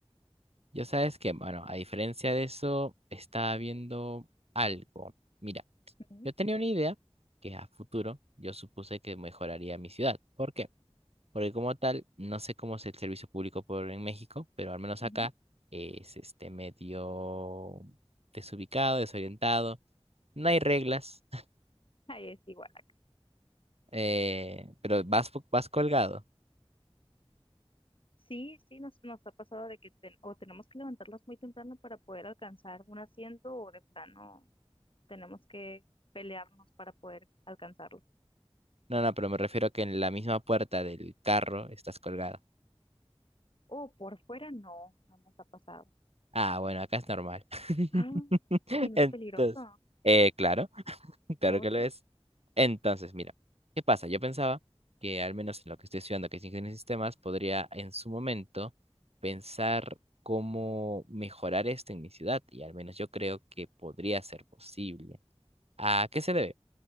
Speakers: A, on the right; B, on the left.
A: Yo sabes que, bueno, a diferencia de eso, estaba viendo algo. Mira,
B: Ujú,
A: yo tenía una idea que a futuro yo supuse que mejoraría mi ciudad. ¿Por qué? Porque como tal, no sé cómo es el servicio público por en México, pero al menos
B: ujú.
A: acá es este medio desubicado, desorientado. No hay reglas, <laughs>
B: Ahí es igual.
A: eh, pero vas, po- vas colgado.
B: Sí, sí, nos, nos ha pasado de que ten- o tenemos que levantarnos muy temprano para poder alcanzar un asiento o de plano tenemos que pelearnos para poder alcanzarlo.
A: No, no, pero me refiero a que en la misma puerta del carro estás colgado.
B: O por fuera no, no nos ha pasado.
A: Ah, bueno, acá es normal. <laughs>
B: Ah, y no
A: Entonces,
B: es peligroso.
A: eh, claro. Claro
B: Oh,
A: que
B: Dios.
A: lo es. Entonces, mira, ¿qué pasa? Yo pensaba que al menos en lo que estoy estudiando, que es ingeniería en sistemas, podría en su momento pensar cómo mejorar esto en mi ciudad y al menos yo creo que podría ser posible. ¿A qué se debe?